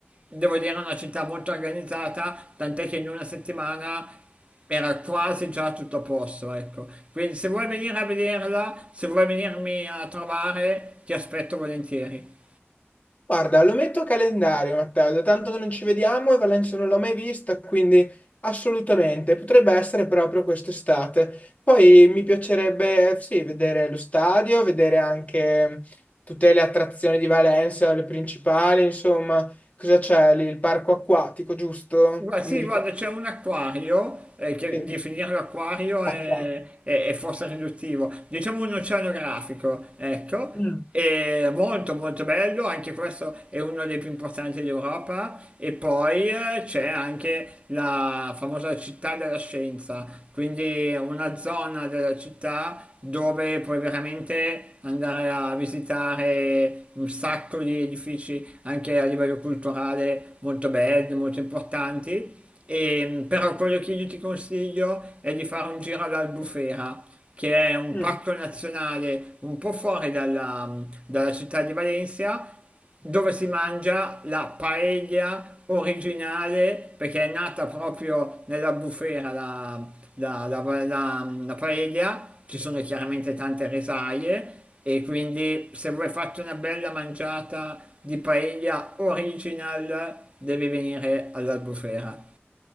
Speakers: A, on the right; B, on the left.
A: devo dire è una città molto organizzata, tant'è che in una settimana era quasi già tutto a posto, ecco. Quindi se vuoi venire a vederla, se vuoi venirmi a trovare, ti aspetto volentieri.
B: Guarda, lo metto a calendario, Matteo, da tanto che non ci vediamo e Valencia non l'ho mai vista, quindi assolutamente, potrebbe essere proprio quest'estate. Poi mi piacerebbe, eh, sì, vedere lo stadio, vedere anche mm, tutte le attrazioni di Valencia, le principali, insomma, cosa c'è lì? Il parco acquatico, giusto?
A: Gua- sì,
B: Mi ricordo.
A: guarda, c'è un acquario, eh, che
B: Sì,
A: definirlo acquario è,
B: l'acqua.
A: è- è forse riduttivo, diciamo un oceanografico, ecco,
B: Mm.
A: è molto molto bello, anche questo è uno dei più importanti d'Europa, e poi eh, c'è anche la famosa città della scienza, quindi una zona della città dove puoi veramente andare a visitare un sacco di edifici anche a livello culturale molto belli, molto importanti. E, mm, però quello che io ti consiglio è di fare un giro all'Albufera, che è un
B: Mm.
A: parco nazionale un po' fuori dalla, mm, dalla città di Valencia, dove si mangia la paella originale, perché è nata proprio nella bufera la, la- la- la- la la paella, ci sono chiaramente tante risaie e quindi se vuoi farti una bella mangiata di paella original devi venire all'Albufera.